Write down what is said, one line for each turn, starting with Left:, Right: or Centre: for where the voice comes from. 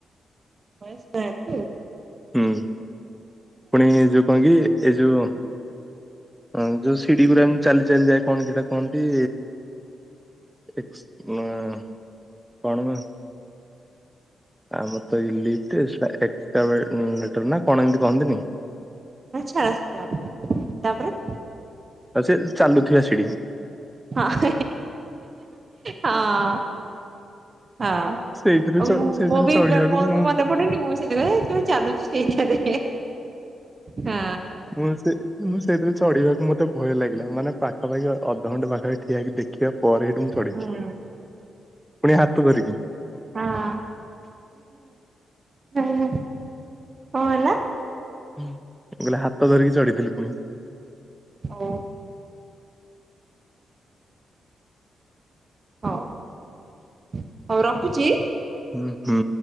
Right: <unintelligible>
Centre: ହୁଁ। ପୁଣି ଯୋଉ କହିକି ଏଇ ଯୋ ହଁ ଯୋଉ ସିଡିି ଗୁରାକ ଚାଲି ଚାଲି ଯାଏ କଣ ସେଇଟା କୁହନ୍ତି ଏକ୍ସ ଉଁଆ କଣ ବା? ଆମର ତ ଏଇ ଲି ଏକ୍ସଟା ଡେଟର ନା କଣ ଏମତି କହନ୍ତିନି।
Right: ହଁ ଛାଡ଼ ସେ ଯାବି ହଉ ତାପରେ
Centre: ଆଉ ସେ ଚାଲୁଥିବା ସିଢ଼ି।
Right: ହଁ <unintelligible> ହଁ। ହଁ
Centre: ସେଇଥିରେ ଚ
Right: ମୁଁ
Centre: ସେଇଥିରେ
Right: ବି
Centre: ଚଢିବାକୁ
Right: ମୋର
Centre: ମୁଁ
Right: ବି ମନେ ପଡେନି ମୁଁ ଥିଲି ନାଇଁ ଯୋଉ ଚାଲୁଛି ସେଇ ଟାରେ ହଁ।
Centre: ମୁଁ ସେ ମୁଁ ସେଇଥିରେ ଚଢିବାକୁ ମତେ ଭୟ ଲାଗିଲା ମାନେ ପାଖାପାଖି ଅଧଘଣ୍ଟା ପାଖରେ ଠିଆ ହେଇକି ଦେଖିଆ ପରେ ହେଠୁ ମୁଁ ଚଢିଲି
Right: ହୁଁ
Centre: ପୁଣି ହାତ ଧରିକି।
Right: ହଁ କଣ ହେଲା
Centre: ହୁଁ ମୁଁ କଇଲି ହାତ ଧରିକି ଚଢିଥିଲି ପୁଣି।
Right: ହଉ। ହଉ ହଉ ରଖୁଛି।
Centre: ଉଁ ହୁଁ।